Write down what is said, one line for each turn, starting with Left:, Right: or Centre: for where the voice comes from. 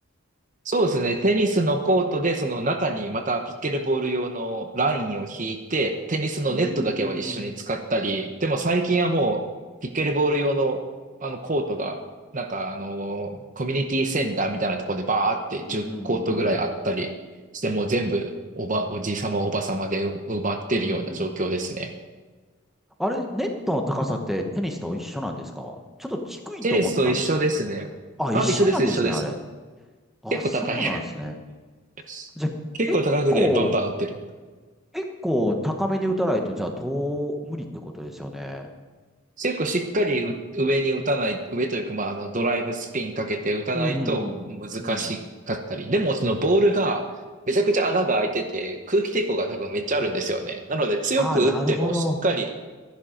Right: そうですね。テニスのコートで、その中にまたピッケルボール用のラインを引いて、テニスのネットだけは一緒に使ったり、
Centre: うーん。う
Right: でも最近はもう、ピッケルボール用の、あのコートが、なんかあの、コミュニティセンターみたいなところでバーって10コートぐらいあったりして、
Centre: ーん。
Right: もう全部おば、おじいさまおばさまで埋埋まってるような状況ですね。
Centre: うん。あれ、ネットの高さってテニスと一緒なんですかちょっと低いと思ってたんですけど。
Right: テニスと一緒ですね。
Centre: あ、
Right: あ、
Centre: 一緒なんですね、
Right: 一緒です、一緒です。
Centre: あれ。あ、
Right: 結構高い。
Centre: そうなんですね。
Right: <laughs>
Centre: じゃあ、
Right: 結構高くでバンバン打ってる。
Centre: 結構、結構高めに打たないと、じゃあ、遠、無理ってことですよね。
Right: 結構しっかりう上に打たない、上というか、まあ、あの、ドライブスピンかけて打たないと難しかったり、
Centre: うん、うん、うん。
Right: でもそのボールがめちゃくちゃ穴が開いてて、空気抵抗が多分めっちゃあるんですよね。なので強く打ってもしっかり
Centre: ああ、なるほど。